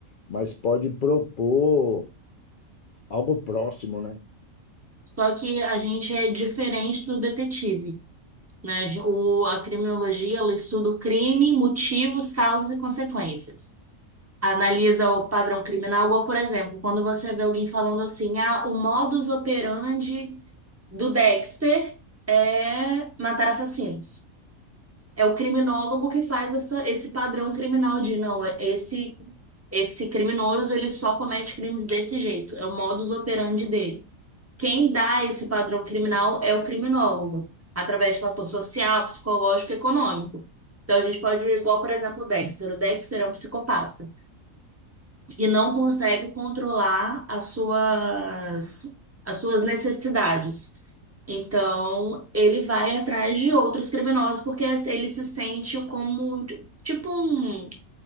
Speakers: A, on the left (about 85°); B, on the right (about 20°).
A: mas pode propor algo próximo, né?
B: Só que a gente é diferente do detetive. Né? O, a criminologia, ela estuda o crime, motivos, causas e consequências. analisa o padrão criminal, igual, por exemplo, quando você vê alguém falando assim, ah, o modus operandi do Dexter é matar assassinos. É o criminólogo que faz essa, esse padrão criminal de, não, esse, esse criminoso, ele só comete crimes desse jeito, é o modus operandi dele. Quem dá esse padrão criminal é o criminólogo, através de fator social, psicológico e econômico. Então, a gente pode ir igual, por exemplo, o Dexter. O Dexter é um psicopata e não consegue controlar as suas, as suas necessidades. Então, ele vai atrás de outros criminosos porque ele se sente como tipo um,